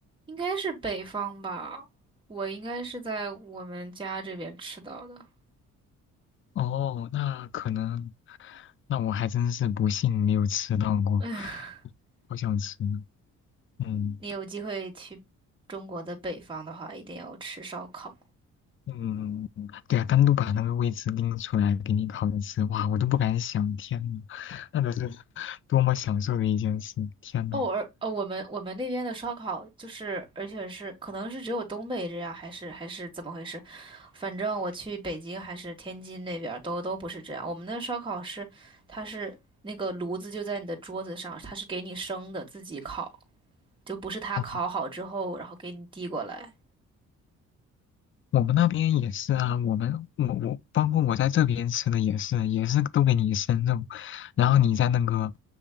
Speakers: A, on the right; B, on the left.
A: 应该是北方吧。我应该是在我们家这边吃到的。
B: 哦，那可能，那我还真是不幸没有吃到过，
A: <laughs>
B: 好想吃呢嗯
A: 你有机会去中国的北方的话，一定要吃烧烤。
B: 嗯，对啊，单独把那个位置拎出来给你烤着吃，哇，我都不敢想，天呐，那得是多么享受的一件事，天呐。
A: 哦，而呃，我们我们那边的烧烤就是，而且是可能是只有东北这样，还是还是怎么回事？反正我去北京还是天津那边儿都都不是这样。我们的烧烤是，它是那个炉子就在你的桌子上，它是给你生的，自己烤，就不是它烤好之后然后给你递过来
B: 啊，我们那边也是啊，我们我我包括我在这边吃的也是，也是都给你生肉，然后你在那个